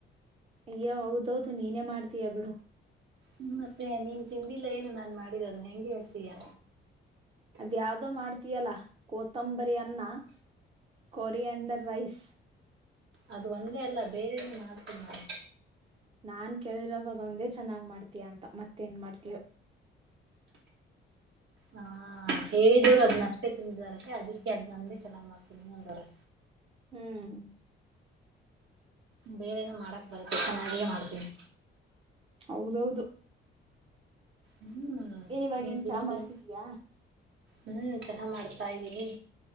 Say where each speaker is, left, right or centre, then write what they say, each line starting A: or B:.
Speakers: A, on the right; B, on the right.
A: ಅಯ್ಯೋ ಹೌದೌದು ನೀನೇ ಮಾಡ್ತೀಯ ಬಿಡು.
B: ಹ್ಮ ಮತ್ತೆ ನೀನ್ ತಿಂದಿಲ್ಲ ಏನು ನಾನ್ ಮಾಡಿರೋದು ಹೆಂಗೆ ಹೇಳ್ತೀಯಾ.
A: ಅದ್ಯಾವ್ದೋ ಮಾಡ್ತೀಯಲ್ಲಾ ಕೋತಂಬರಿ ಅನ್ನ ಕೊರಿಯಂಡರ್ ರೈಸ್.
B: ಅದು ಒಂದೇ ಅಲ್ಲ ಬೇರೆನು ಮಾಡ್ತೀನಿ ನಾನು.
A: ನಾನ್ ಕೇಳಿರೋದ್ ಅದೊಂದೇ ಚೆನ್ನಾಗ್ ಮಾಡ್ತಿಯ ಅಂತ ಮತ್ತೇನ್ ಮಾಡ್ತಿಯೋ.
B: ಹಾ ಹೇಳಿದೋರ್ ಅದ್ನಷ್ಟೇ ತಿಂದಿದಾರಂತೆ ಅದಕ್ಕೆ ಅದ್ ನೊಂದೆ ಚೆನ್ನಾಗಿ ಮಾಡ್ತೀನಿ ಅಂದವ್ರೆ.
A: ಹ್ಮ್.
B: ಬೇರೆೇನು ಮಾಡಕ್ ಬರುತ್ತೆ ಚೆನ್ನಾಗಿಯೇ ಮಾಡ್ತೀನಿ.
A: ಹೌದೌದು.
B: ಹ್ಮ್
A: ಏನ್ ಇವಾಗ
B: ನೀನ್
A: ಏನ್
B: ತಿಂದಿಲ್ಲ
A: ಚಾ ಮಾಡ್ತಿದೀಯಾ.
B: ಹ್ಮ್ ಚಹಾ ಮಾಡ್ ತಾ ಇಲ್ಲಿ.